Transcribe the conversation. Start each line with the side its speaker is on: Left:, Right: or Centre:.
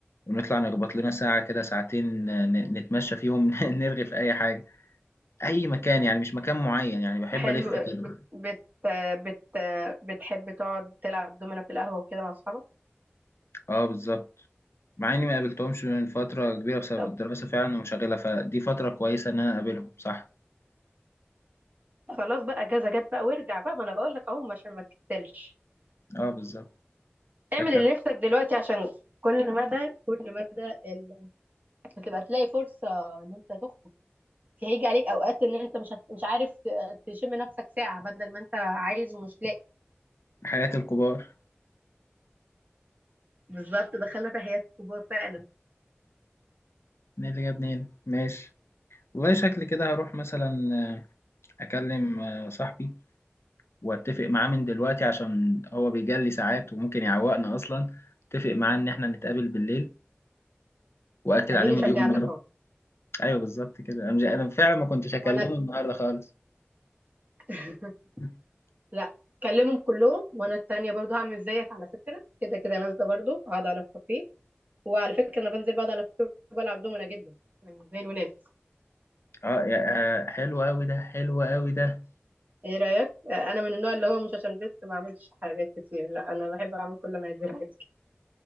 Left: ونطلع نخبط لنا ساعه كده ساعتين آه، ن- نتمشى فيهم <laughs> نرغي في اي حاجه اي مكان يعني مش مكان معين يعني بحب
Right: حلو
Left: الف
Right: آه،
Left: كده
Right: بت بت آه، بت آه، بتحبي تقعد تلعب دومنا في القهوة وكده مع أصحابك
Left: اه بالظبط مع اني ما قابلتهمش من فتره كبيره بسبب
Right: طب
Left: الدراسه فعلا ومشغله فدي فتره كويسه ان انا اقابلهم صح
Right: خلاص بقى أجازة جت بقى وارجع بقى ما أنا بقول لك أهو عشان ما تكسلش
Left: اه بالظبط شكلك
Right: اعمل اللي نفسك دلوقتي عشان كل مدى كل مدى ال... هتبقى تلاقي فرصة إن أنت تخرج هيجي عليك أوقات إن أنت مش هت... مش عارف ت- تشم نفسك ساعة بدل ما أنت عايز ومش لاقي
Left: حياة الكبار
Right: بالظبط دخلنا في حياة الكبار فعلا
Left: مين اللي جابني هنا ماشي والله شكلي كده هروح مثلا آه، أكلم آه، صاحبي وأتفق معاه من دلوقتي عشان هو بيجلي ساعات وممكن يعوقنا أصلا أتفق معاه إن إحنا نتقابل بالليل وأكد
Right: اديني
Left: عليه مليون
Right: شجعتك
Left: مرة
Right: اهو
Left: أيوه بالظبط كده أنا مش- أنا فعلا ما كنتش أكلمه
Right: وانا
Left: النهاردة خالص
Right: <laughs>
Left: <laughs>
Right: لا كلمهم كلهم وانا التانية برضو هعمل زيك على فكرة كده كده نازلة برضو اقعد على الكافيه وعلى فكرة انا بنزل بقعد على الكافيه وبلعب دومنا جدا يعني زي الولاد
Left: اه يا- آه، حلو أوي ده حلو أوي ده
Right: ايه رأيك آه، انا من النوع اللي هو مش عشان بنت ما اعملش حاجات كتير لا انا بحب اعمل كل اللي انا عايزاه عادي